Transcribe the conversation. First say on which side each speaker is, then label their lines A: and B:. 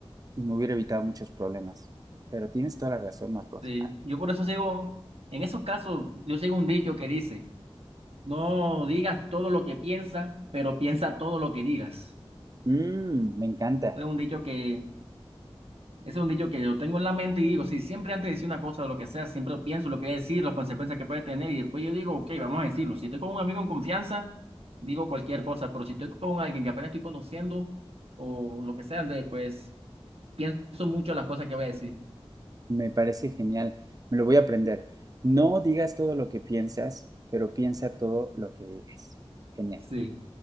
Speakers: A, on the right; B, on the right.
A: y me hubiera evitado muchos problemas. Pero tienes toda la razón, Marcos.
B: Sí,
A: Ah,
B: yo por eso sigo, en esos casos, yo sigo un dicho que dice, no digas todo lo que piensas, pero piensa todo lo que digas.
A: mm, me encanta.
B: Es un dicho que Ese es un dicho que yo tengo en la mente y digo, si siempre antes de decir una cosa o lo que sea, siempre pienso lo que voy a decir, las consecuencias que puede tener y después yo digo, ok, vamos a decirlo. Si estoy con un amigo en confianza, digo cualquier cosa, pero si estoy con alguien que apenas estoy conociendo o lo que sea, de- pues pienso mucho las cosas que voy a decir.
A: Me parece genial, me lo voy a aprender. No digas todo lo que piensas, pero piensa todo lo que digas. Genial.
B: Sí.